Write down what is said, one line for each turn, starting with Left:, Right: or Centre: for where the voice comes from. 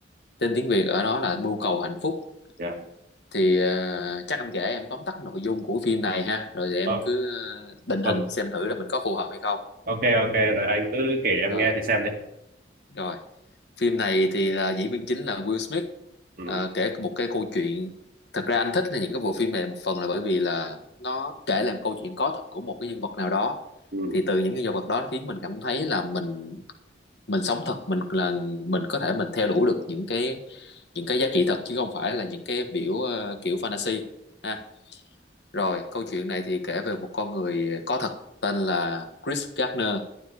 Left: tên tiếng Việt ở đó là Mưu cầu hạnh phúc
Right: dạ.
Left: thì ờ, chắc anh kể em tóm tắt nội dung của phim này ha rồi thì em
Right: Ờ,
Left: cứ ờ, định
Right: ờ,
Left: hình xem thử là mình có phù hợp hay không
Right: ok ok rồi anh cứ kể em
Left: rồi
Right: nghe thì xem đi.
Left: rồi phim này thì là diễn viên chính là Will Smith
Right: Ừ,
Left: Ờ, kể một cái câu chuyện thật ra anh thích những cái bộ phim này một phần là bởi vì là nó kể lại một câu chuyện có thật của một cái nhân vật nào đó
Right: ừ,
Left: thì từ những nhân vật đó khiến mình cảm thấy là mình mình sống thật mình là mình có thể mình theo đuổi được những cái những cái giá trị thật chứ không phải là những cái biểu ờ, kiểu fantasy ha rồi câu chuyện này thì kể về một con người có thật tên là Chris Gardner